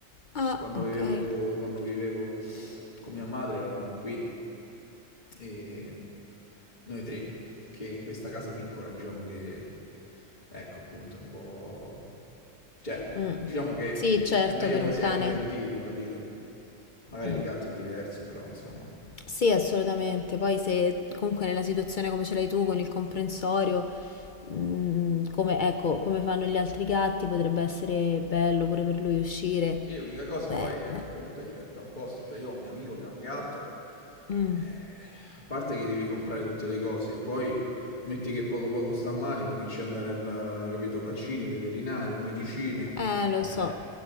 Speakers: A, on the left; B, on the left.
A: Ah,
B: quando
A: ok.
B: vivevo, co- quando vivevo con mia madre eravamo qui e noi tre, che in questa casa piccola diciamo che, ecco appunto, è un po'... cioè,
A: Mm.
B: diciamo che
A: Sì, certo,
B: è È meglio
A: per
B: più quasi
A: un cane.
B: hai un tranquilla. giardino, capito? Magari
A: Mm.
B: il gatto è diverso, però insomma...
A: Sì, assolutamente. Poi se comunque nella situazione come ce l'hai tu con il comprensorio, mm, come, ecco, come fanno gli altri gatti, potrebbe essere bello pure per lui uscire.
B: Sì, l'unica cosa
A: Cioè,
B: poi è che
A: eh,
B: comunque diventa un costo, cioè io ho un mio amico che ha un gatto,
A: mm.
B: eh, a parte che devi comprare tutte le cose, e poi metti che poco poco sta male, cominci ad andare al, va- capito, vaccini, veterinario, medicine,
A: Eh, lo
B: eh,
A: so.